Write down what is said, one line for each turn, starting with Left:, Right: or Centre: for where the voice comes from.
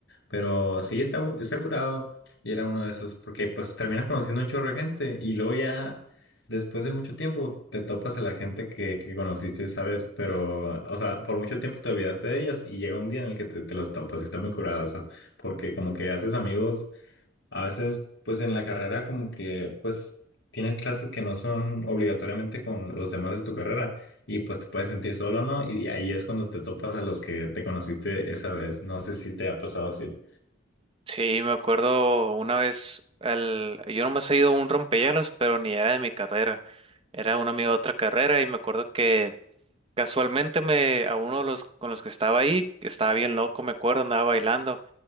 Left: Pero sí está, está curado. Y era uno de esos, porque pues terminas conociendo un chorro de gente y luego ya Después de mucho tiempo te topas a la gente que, que conociste, ¿sabes? Pero, o sea, por mucho tiempo te olvidaste de ellas y llega un día en el que te, te los topas y está muy curado eso, porque como que haces amigos, a veces pues en la carrera como que pues tienes clases que no son obligatoriamente con los demás de tu carrera y pues te puedes sentir solo, ¿no? Y ahí es cuando te topas a los que te conociste esa vez, no sé si te ha pasado así.
Right: Sí, me acuerdo una vez, al, yo nomás he ido a un rompehielos, pero ni era de mi carrera, era un amigo de otra carrera y me acuerdo que casualmente me, a uno de los con los que estaba ahí, que estaba bien loco, me acuerdo, andaba bailando